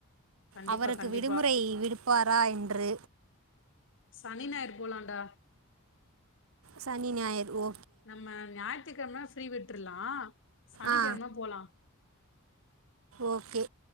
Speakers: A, on the left (about 60°); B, on the right (about 70°).
A: கண்டிப்பா
B: அவருக்கு
A: கண்டிப்பா
B: விடுமுறை விடுப்பாரா என்று
A: சனி ஞாயிறு போலான்டா
B: சனி ஞாயிறு ஓ
A: நம்ம ஞாய் ற்றுக்கிழமை ஃப்ரீ விட்டுருலா சனிக்கிழமை
B: ஆ
A: போலா
B: ஓகே